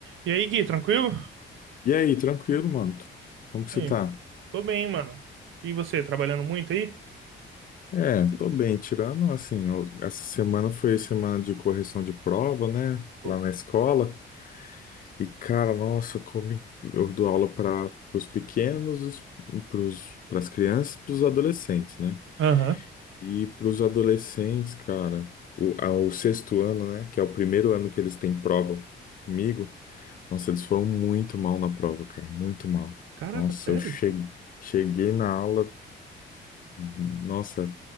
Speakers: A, on the right (about 80°); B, on the left (about 45°).
A: E aí, Gui, tranquilo?
B: E aí, tranquilo, mano? Como que você
A: É,
B: tá?
A: tô bem, mano. E você, trabalhando muito aí?
B: É, tô bem, tirando assim, eu- essa semana foi semana de correção de prova, né?
A: Ô,
B: Lá na escola. E, cara, nossa, como eu dou aula para os pequenos, para as crianças, para os adolescentes, né?
A: Aham.
B: E para os adolescentes, cara, o, ao sexto ano, né? Que é o primeiro ano que eles têm prova comigo, nossa, eles foram muito mal na prova, cara, muito mal.
A: Caraca,
B: Nossa,
A: sério?
B: eu cheguei, cheguei na aula. Nossa,